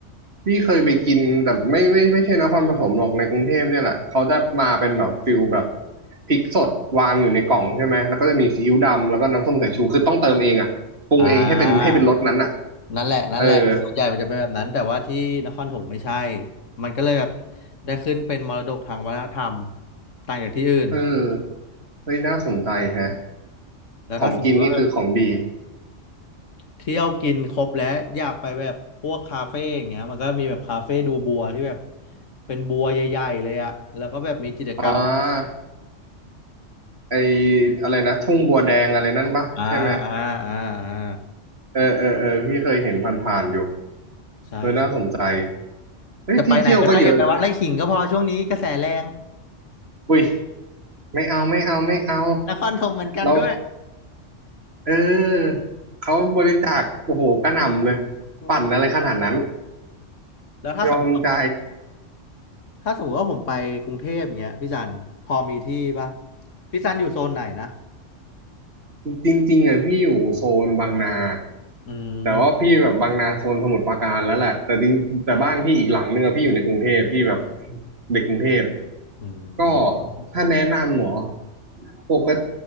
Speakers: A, on the right (about 55°); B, on the left (about 75°).
A: พี่เคยไปกินแต่ไม่ไม่ไม่ใช่นครปฐมหรอกในกรุงเทพเนี่ยแหละเขาจะมาเป็นแบบฟิลแบบพริกสดวางอยู่ในกล่องใช่ไหม แล้วก็จะมีซีอิ๊วดำแล้วก็น้ำส้มสายชู คือต้องเติมเองอ่ะปรุงเองให้เป็นให้เป็นรสนั้นอ่ะ
B: อ่านั่นแหละนั่นแหละส่วนใหญ่มันจะเป็นแบบนั้นแต่ว่าที่นครปฐมไม่ใช่
A: เออ
B: มันก็เลยแบบได้ขึ้นเป็นมรดกทางวัฒนธรรมต่างจากที่อื่น
A: เออเฮ้ยน่าสนใจแฮะ
B: ใช่แล้วถ้าสมมติว่า
A: ของกินนี่คือของดี
B: เที่ยวกินครบแล้วอยากไปแบบพวกคาเฟ่อย่างเงี้ยมันก็มีแบบคาเฟ่ดูบัวที่แบบเป็นบัวใหญ่ๆเลยอะแล้วก็แบบมีกิจกรรม
A: อ๋อไออะไรนะทุ่งบัวแดงอะไรนั่นปะใช่ไหม
B: อ่าอ่าอ่าอ่า
A: เออเออเออพี่เคยเห็นผ่านๆอยู่
B: ใช่ใช่
A: เออน่าสนใจเฮ้ยที่เที่ยวก็เยอะนะเนี่ย
B: แต่ไปไหนก็ได้อย่าไปวัดไร่ขิงก็พอช่วงนี้กระแสแรง
A: อุ้ยไม่เอาไม่เอาไม่เอา
B: นครธมเหมือนกันด้วย
A: เราเออเขาบริจาคโอ้โหกระหน่ำเลย
B: เออ
A: ปั่นอะไรขนาดนั้น
B: แล้วถ้าสมมติว่า
A: ยอมใจ
B: ถ้าสมมติว่าผมไปกรุงเทพเงี้ยพี่จันพอมีที่ปะพี่จันอยู่โซนไหนนะ
A: จริงๆอ่ะพี่อยู่โซนบางนา
B: อืม
A: แต่ว่าพี่แบบบางนาโซนสมุทรปราการแล้วแหละแต่จริงแต่บ้านพี่อีกหลังนึงอะพี่อยู่ในกรุงเทพพี่แบบเด็กกรุงเทพ
B: อืม
A: ก็ถ้าแนะนำหมอปกติ